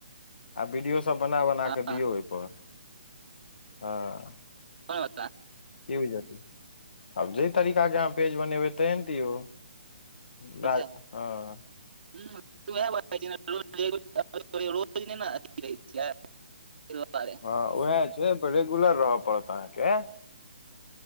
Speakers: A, on the left (about 65°); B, on the right (about 65°).
A: आ वीडियो सब बना बना
B: हाँ
A: कऽ दियौ ओय पर हैं
B: <inaudible>
A: की बुझहलिन आब जे तरीकाके अहाँ पेज बनेबै तेैहन दियौ <unintelligible>
B: अच्छा <inaudible> <inaudible>
A: हँ उएह छै रेगुलर रहय पड़त अहाँके